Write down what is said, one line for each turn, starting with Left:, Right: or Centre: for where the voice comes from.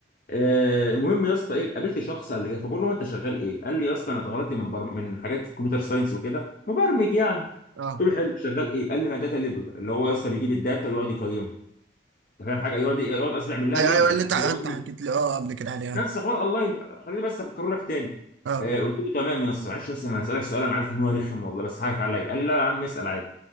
Left: آه، المهم يا اسطى ايه قابلت شخص قبل كده فبقول له انت شغال ايه؟ قال لي يا اسطى انا اتخرجت من بر... من حاجات في الكمبيوتر ساينس وكده مبرمج يعني
Right: اه
Left: قلت له حلو شغال ايه؟ قال لي انا داتا ليبل اللي هو يا اسطى بيجيب الداتا ويقعد يقيمها انت فاهم حاجه يقعد يقعد قصدي يعمل لها
Right: أيوه
Left: ليبل
Right: أيوه اللي
Left: اللي
Right: أنت أنت
Left: هو
Right: حكيت
Left: ايه
Right: لي أه قبل كده عليها
Left: نفس حوار اونلاين خليني بس افكر لك تاني
Right: أه
Left: آه، قلت له تمام يا اسطى معلش بس انا هسالك سؤال انا عارف ان هو رخم والله بس هاك عليا قال لي لا يا عم اسال عادي